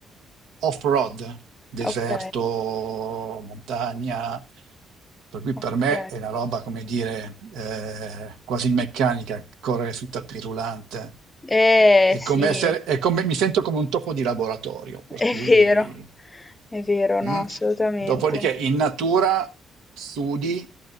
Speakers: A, on the right; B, on the left.
A: off-road, deserto,
B: ok,
A: montagna, per cui
B: ok.
A: per me è una roba, come dire, eh, quasi meccanica, correre sui tappi rullante.
B: Eh,
A: È
B: sì,
A: come essere, è come, mi sento come un topo di laboratorio, per
B: è
A: cui...
B: vero, è vero, no,
A: mm.
B: assolutamente.
A: Dopodiché in natura studi,